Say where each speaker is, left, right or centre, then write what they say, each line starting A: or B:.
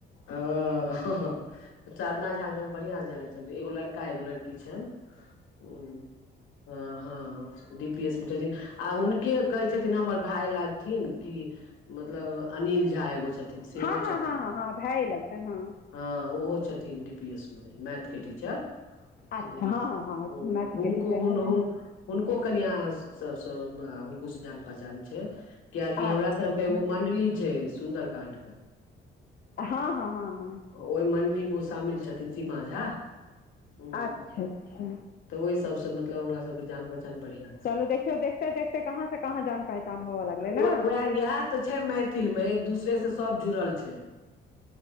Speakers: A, on the left (about 85°); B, on the left (about 50°).
A: आ साधना झा के हम बढ़िआं से जानै छल एगो लड़का एगो लड़की छय हँ हँ हँ डी पी एस में छथिन आ हुनके कहै छथिन हमर भाय लागथिन कि मतलब अनिल झा एगो छथिन सेहो
B: हँ हँ
A: छथिन
B: हँ हँ हँ भाये लगतनि हँ
A: हँ ओहो छथिन डी पी एस में मैथ के टीचर
B: अच्छा
A: हं
B: हँ हँ हँ
A: ह
B: मैथके
A: हुनको
B: टीचर
A: हुन
B: छथिन
A: हुन हुनको कनिआ सब हुनको से जान पहचान छय कयाकि
B: अच्छा
A: हमरा सब
B: अच्छा
A: के एगो मंडली छय सुंन्दर कांड के
B: हँ हँ हँ ह
A: ओहि मण्डली में ओ शामिल छथिन सीमा झा हूँ
B: अच्छा अच्छा
A: तऽ ओहि सबसँ मतलब हमरा सबके जान पहचान बढ़िआँ छै
B: चलू देखियौ देखते देखते कहाँ से कहाँ जान प छान होव लागल न
A: ओ उएह इएह तऽ छै मैथिल में एक दूसरे से सब जुड़ल छै